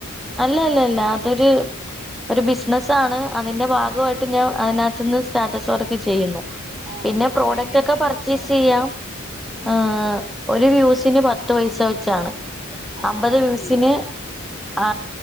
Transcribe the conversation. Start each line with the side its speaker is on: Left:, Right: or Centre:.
Centre: അല്ല അല്ല അല്ല അതൊരു
Left: ഏഹ്
Centre: ഒരു ബിസിനസ്സ് ആണ് അതിന്റെ ഭാഗമായിട്ട് ഞാൻ അതിനകത്തു നിന്ന് സ്റ്റാറ്റസ് വർക്ക് ചെയ്യുന്നു.
Left: ആഹ്
Centre: പിന്നെ
Left: അപ്പൊ എത്ര
Centre: പ്രോഡക്റ്റ്
Left: അയില് ഇൻകം
Centre: ഒക്കെ പർച്ചേസ്
Left: കിട്ടാ
Centre: ചെയ്യാം. ആ ഒരു വ്യൂസിന് പത്ത് പയസ വെച്ചാണ്
Left: ആഹ്
Centre: അമ്പത്
Left: അത്
Centre: വ്യൂസിന്
Left: ശരി
Centre: ആ